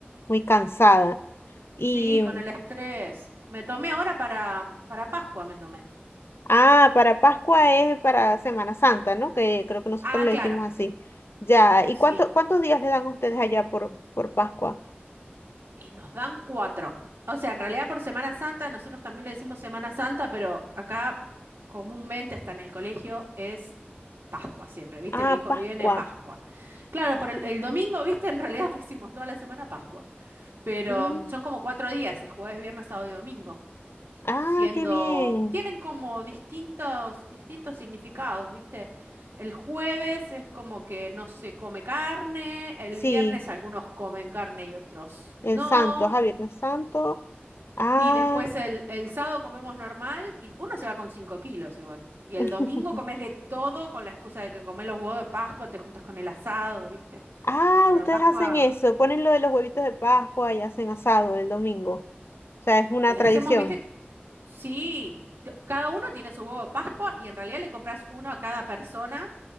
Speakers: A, on the left; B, on the right.
A: muy cansada. Y,
B: Sí, con el estrés. Me tomé ahora para, para Pascua, me tomé.
A: ah, para Pascua es para Semana Santa, ¿no? Que creo que nosotros
B: Ah,
A: le
B: claro.
A: decimos así. Ya, ¿y
B: Sí.
A: cuánto, cuántos días le dan a ustedes allá por, por Pascua?
B: Y nos dan cuatro. O sea, en realidad por Semana Santa, nosotros también le decimos Semana Santa, pero acá comúnmente hasta en el colegio es Pascua siempre, ¿viste?
A: Ah,
B: Mi hijo
A: Pascua.
B: viene Pascua. Claro, por el, el domingo, ¿viste? En realidad <laughs> decimos toda la semana Pascua, pero
A: Mm,
B: mm, son como cuatro días, es jueves, viernes, sábado y domingo,
A: Ah,
B: siendo,
A: qué bien.
B: tienen como distintos, distintos significados, ¿viste? El jueves es como que no se come carne, el
A: Sí.
B: viernes algunos comen carne y otros
A: En
B: no.
A: Santo, a Viernes Santo. Ah,
B: Y después el, el sábado comemos normal y uno se va con 5 kilos igual. Y
A: <laughs>
B: el domingo comes de todo con la excusa de que comés los huevos de Pascua, te juntas con el asado, ¿viste?
A: ah,
B: Pero
A: ustedes
B: la Pascua,
A: hacen eso, ponen lo de los huevitos de Pascua y hacen asado el domingo. O sea, es una
B: eh,
A: tradición.
B: hacemos, ¿viste? Sí, t- cada uno tiene su huevo de Pascua y en realidad le compras uno a cada persona